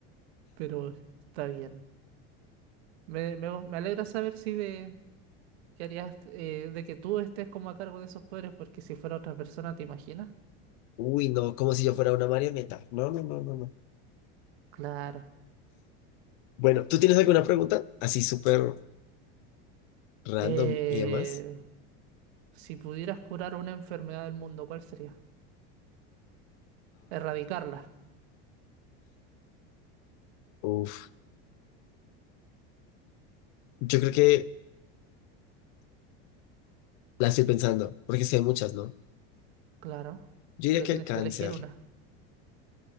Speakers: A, on the right (about 80°); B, on the left (about 50°).
A: Pero está bien. Me, me, me alegra saber si de ¿Qué harías eh, de que tú estés como a cargo de esos poderes? Porque si fuera otra persona, ¿te imaginas?
B: Uy, no, como si yo fuera una marioneta. No, no, no, no, no.
A: Claro.
B: Bueno, ¿tú tienes alguna pregunta? Así súper random
A: Eh,
B: y demás.
A: si pudieras curar una enfermedad del mundo, ¿cuál sería? Erradicarla.
B: Uf, yo creo que la estoy pensando, porque sí hay muchas, ¿no?
A: Claro.
B: Yo diría
A: Pero
B: que
A: tienes
B: el cáncer,
A: que elegir una.